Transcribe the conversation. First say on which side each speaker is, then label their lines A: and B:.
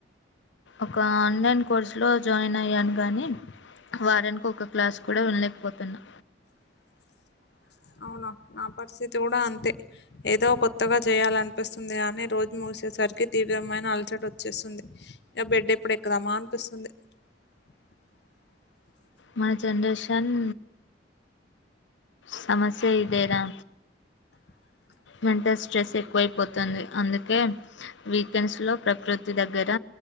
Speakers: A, on the left; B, on the left.
A: ఒక ఆన్లైన్ కోర్సులో జాయిన్ అయ్యాను గానీ వారానికి ఒక క్లాస్ కూడా వినలేకపోతున్నా
B: <unintelligible> అవునా నా పరిస్థితి కూడా అంతే ఏదో కొత్తగా చేయాల అనిపిస్తుంది కానీ రోజు మూ చూసేసరికి తీవ్రమైన అలసట వచ్చేస్తుంది ఇక బెడ్ ఎప్పుడు ఎక్కుదామా అనిపిస్తుంది <unintelligible>
A: మన జనరేషన్ సమస్య ఇదే రా
B: <unintelligible>
A: మెంటల్ స్ట్రెస్ ఎక్కువైపోతుంది అందుకే వీకెండ్స్లో ప్రకృతి దగ్గర